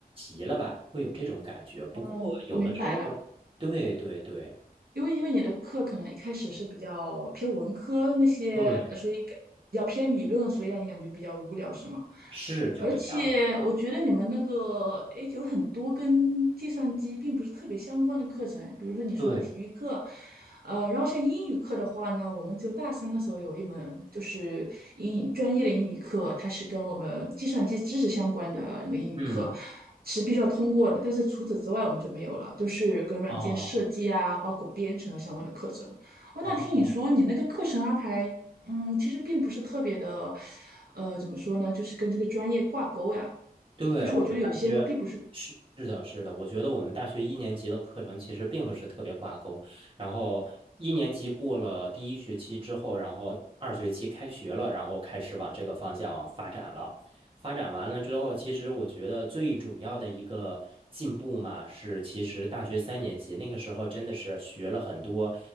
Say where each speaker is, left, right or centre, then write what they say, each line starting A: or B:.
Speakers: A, on the right; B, on the right.
A: 没了吧，会有这种感觉。不过有的时候，
B: 哦，我明白了，
A: 对对对
B: 因为因为你的课可能一开始是比较偏文科那些，
A: 对，
B: 呃所以感比较偏理论，所以让你感觉比较无聊，是吗？
A: 是这个样儿。
B: 而且我觉得你们那个，诶，有很多跟计算机并不是特别相关的课程，比如说你说的体育课，
A: 对，
B: 呃，然后像英语课的话呢，我们就大三的时候有一门就是英语专业的英语课，它是跟我们计算机知识相关的那个英语课。
A: 嗯，
B: 是必须要通过的，但是除此之外我们就没有了，就是跟软件设计啊，
A: 啊
B: 包括编程啊相关的课程。哦，
A: 啊，
B: 那听你说你那个课程安排嗯，其实并不是特别的，呃，怎么说呢，就是跟这个专业挂钩呀。
A: 对，
B: 就是我觉得有些并不是。
A: 我们大学是是的，是的，我觉得我们大学一年级的课程其实并不是特别挂钩。然后一年级过了第一学期之后，然后二学期开学了，然后开始往这个方向发展了。发展完了之后，其实我觉得最主要的一个进步嘛，是其实大学三年级那个时候真的是学了很多，